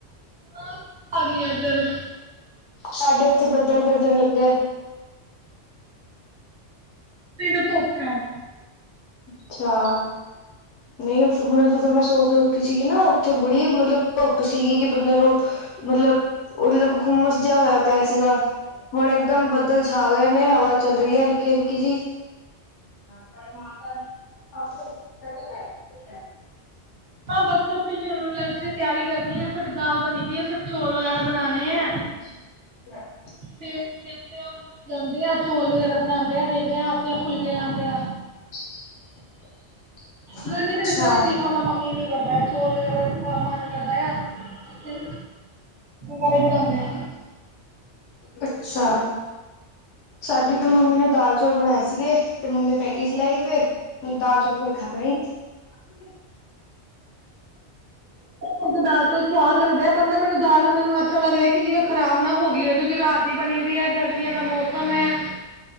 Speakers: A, on the right; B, on the left.
A: ਹਾਂ ਧੁੱਪ ਆ ਗਈ ਹੈ ਇੱਧਰ
B: ਸਾਡੇ ਇੱਥੇ ਬੱਦਲ ਗਰਜਣ ਲੱਗੇ।
A: ਇੰਜ ਧੁੱਪ ਆ
B: ਅੱਛਾ ਨਹੀਂ ਹੁਣ ਜਦੋਂ ਮੈਂ ਸੋ ਕੇ ਉੱਠੀ ਸੀਗੀ ਨਾ ਉੱਥੇ ਬੜੀ ਮਤਲਬ ਧੁੱਪ ਸੀਗੀ ਕਿ ਬੰਦੇ ਨੂੰ ਮਤਲਬ-ਮਤਲਬ ਹੁੰਮਸ ਜਿਆ ਹੋਇਆ ਪਿਆ ਸੀਗਾ ਹੁਣ ਇੱਕਦਮ ਬੱਦਲ ਛਾ ਗਏ ਨੇਹਵਾ ਚੱਲ ਰਹੀ ਹੈ। ਹਲਕੀ-ਹਲਕੀ ਜੀ <inaudible>
A: ਹਾਂ ਬਸ ਤੁਸੀ ਵੀ ਉਹਨੂੰ ਲੰਚ ਦੀ ਤਿਆਰੀ ਕਰਨੀ ਹੈ ਥੋਡੀ ਦਾਲ ਬਣੀ ਪਈ ਹੈ ਸਿਰਫ ਚੌਲ ਵਗੈਰਾ ਬਣਾਉਣੇ ਆ।
B: ??? <inaudible>
A: ਦੇਖ ਰ ਲਾਉਂਦੇ ਆ ਚੌਲ ਵਗੈਰਾ ਬਣਾਉਂਦੇ ਆ ਦੇਖਦੇ ਹਾਂ ਆਪਣੇ ਫੁਲਕੇ ਲਾਉਂਦੇ ਆ
B: <unintelligible>
A: ਗਰਮੀ
B: ਅੱਛਾ
A: ਦੇ ਵਿੱਚੋਂ ਰੋਟੀ ਖਾਂਣ ਦਾ ਮਨ ਈ ਨੀ। ਦਾ ਚੌਲ ਵਗੈਰਾ ਮਨ ਕਰਦਾ ਆ ਤੇ ਵਗੈਰਾ ਹੀ ਬਣਾਉਂਦੇ ਆ
B: ਅੱਛਾ। ਸਾਡੀ ਤੇ ਮੰਮੀ ਨੇ ਦਾਲ ਚੌਲ ਬਣਾਏ ਸੀਗੇ ਤੇ ਮੰਮੀ ਪੈਟੀਸ ਲਿਆਈ ਫਿਰ ਦਾਲ ਚੋਲ ਕੋਈ ਖਾਏਗਾ ਹੀ ਨੀ।
A: ਮੈਨੂੰ ਤਾਂ ਦਾਲ ਚੌਲ
B: <inaudible>
A: ਸਵਾਦ ਲੱਗਦੇ ਐ ਪਰ ਨਾ ਮੈਨੂੰ ਦਾਲ ਮੈਨੂੰ ਇਸ ਤਰ੍ਹਾਂ ਲੱਗਦਾ ਕਿ ਜਿਵੇਂ ਖਰਾਬ ਨਾ ਹੋ ਗਈ ਹੈ ਕਿਉਂਕਿ ਰਾਤ ਬਣੀ ਵੀ ਹੈ। ਗਰਮੀਆਂ ਦਾ ਮੌਸਮ ਹੈ।